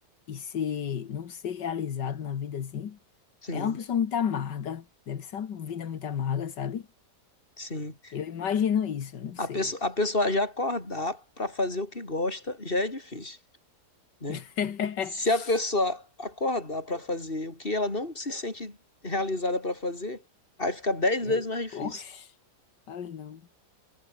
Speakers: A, on the left; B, on the left.
A: e ser, não ser realizado na vida assim,
B: Sim,
A: é uma pessoa muito amarga. Deve ser uma vida muito amarga, sabe?
B: sim.
A: Eu imagino isso, eu não sei.
B: A pessoa, a pessoa já acordar para fazer o que gosta já é difícil, né?
A: <laughs>
B: Se a pessoa acordar para fazer o que ela não se sente realizada para fazer, aí fica dez
A: É,
B: vezes mais difícil.
A: oxe, olha não.